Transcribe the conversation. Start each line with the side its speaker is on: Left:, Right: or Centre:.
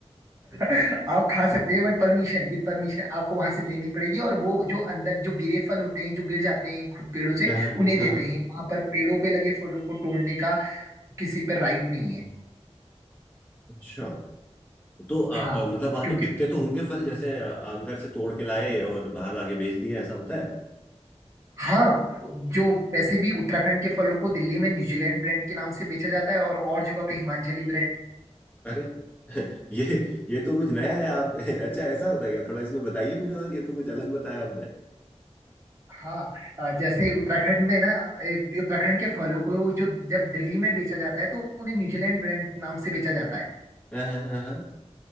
Right: <laughs> आप खा सकते हैं बट परमिशन विद परमिशन आपको वहां से लेनी पड़ेगी और वो जो अंदर जो गिरे फल होते हैं जो गिर जाते हैं खुद पेड़ों से
Left: हाँ हाँ
Right: उन्हें
Left: हाँ,
Right: देते
Left: हाँ,
Right: हैं वहां पर पेड़ों पे लगे फलों को तोड़ने का किसी पे राइट नहीं है
Left: अच्छा तो अ, अ,
Right: हाँ
Left: मतलब वहां
Right: क्योंकि
Left: पे बिकते तो होंगे फल जैसे अ, अंदर से तोड़ के लाए और बाहर आगे बेच दिया ऐसा होता है
Right: हाँ जो वैसे भी उत्तराखंड के फलों को दिल्ली में न्यूजीलैंड ब्रांड के नाम से बेचा जाता है और और जगह पे हिमाचली ब्रांड
Left: अरे ये ये तो कुछ नया है आप <laughs> अच्छा ऐसा होता है क्या थोड़ा इसमें बताइए मुझे और ये तो कुछ अलग बताया आपने
Right: हाँ अ, जैसे उत्तराखंड में ना ए, उत्तराखंड के फलों को जो जब दिल्ली में बेचा जाता है तो उन्हें न्यूजीलैंड ब्रांड नाम से बेचा जाता है
Left: हाँ हाँ हाँ हाँ।